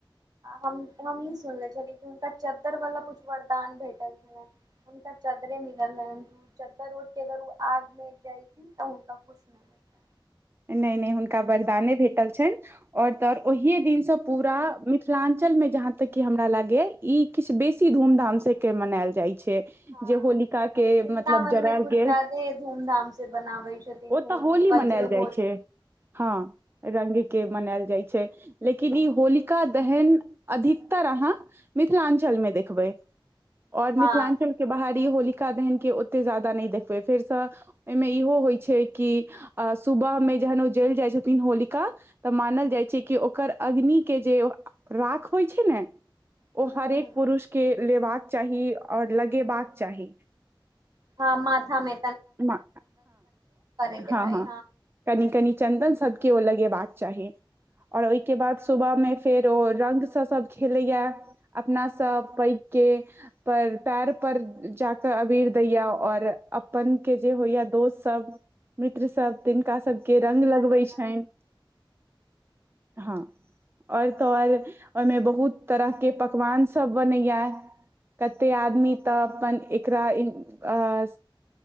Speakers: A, on the right; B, on the right.
A: हम हम ई सुनले छली क कि हुनका चद्दर वाला कुछ वरदान भेटल छलनि हुनका चद्दरे मिलल रहैन। चद्दर ओइढ के अगर ओ आग में जाइथिन तऽ। तऽ किछु नहि होै छै।
B: नइ-नइ हुनका वरदाने भेटल छैन। और तऽ और ओहिेये दिनसँ। पूरा मिथिलांचल में जहाँ तक की हमरा लागे। ई किछु बेसी धूम-धाम से। के मनायल जाइ। छे
A: हँ
B: जे होलिका
A: वृन्दावन
B: मतलब जराल
A: मे कुछ
B: गेल,
A: ज्यादे धूमधाम से बनाबै छथिन
B: ओतऽ होली
A: वज्र
B: मनैल जाइ।
A: होली
B: हँ रंग के मने। जाइ छै, लेकिन ई होलिका दहन अधिकतर अहाँ मिथिलाञ्चलमें देखबै। और मिथिलाञ्चल
A: हँ
B: के बाहर। होलिकादहन के ओते जादा नहि देखबै, फेरसँ ओहिमें इहो होइ छै कि। सुबह में जखन ओ जइल जाइ छथिन होलिका तऽ मानल जाइ छै कि ओकर अग्नि के जे राख होइ छै ने।
A: हूँ
B: ओ हरेक
A: हूँ
B: पुरुष के। लेबाक चाही, आओर लगेबाक चाही।
A: हँ माथा में।
B: हँ,
A: के
B: हँ
A: चाही
B: हँ कनि- कनि चन्दन सद। केओ लगेबाक चाही। आओर
A: हूँ
B: ओहिके बाद सुबह में। फेर ओ रंगसँ सब खेलैया। अपना सब
A: हूँ
B: पैघ के। पर पैर पर जाके अबीर दैयऽ और अप। अपन के जे होयै दोस्त सब मित्र सब। तिनका सबके रंग
A: साथ
B: लगबै
A: भगवान
B: छनि। हँ और तऽ और ओहिमे बहुत तरहके पकवान सब बनैया कते आदमी तऽ अपन एकरा अ।